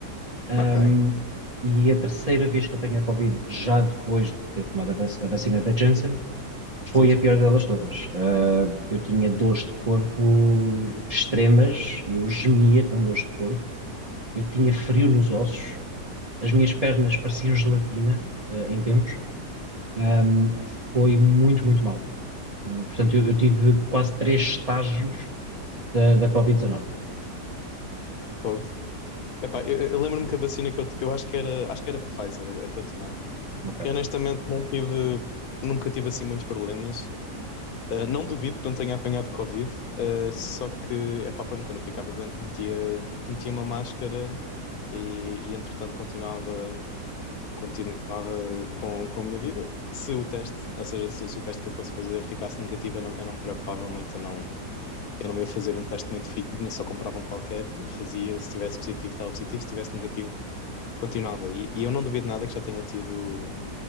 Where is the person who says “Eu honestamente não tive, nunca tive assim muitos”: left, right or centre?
Left